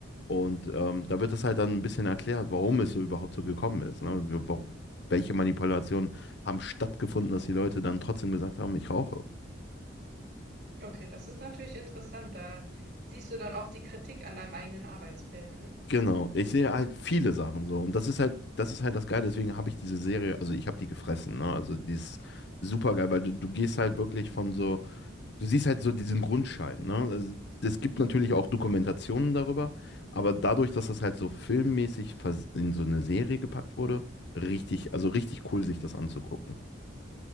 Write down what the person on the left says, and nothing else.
Und ähm, da wird das halt dann ein bisschen erklärt, warum es so überhaupt so gekommen ist. Ne? Wir- wa- Welche Manipulationen haben stattgefunden, dass die Leute dann trotzdem gesagt haben, ich rauche.
Genau, ich sehe halt viele Sachen so und das ist halt, das ist halt das Geile, deswegen habe ich diese Serie, also ich habe die gefressen, ne? Also die ist super geil, weil du, du gehst halt wirklich von so, du siehst halt so diesen Grundschein, ne? Also es gibt natürlich auch Dokumentationen darüber, aber dadurch, dass das halt so filmmäßig vers- in so eine Serie gepackt wurde, richtig, also richtig cool, sich das anzugucken.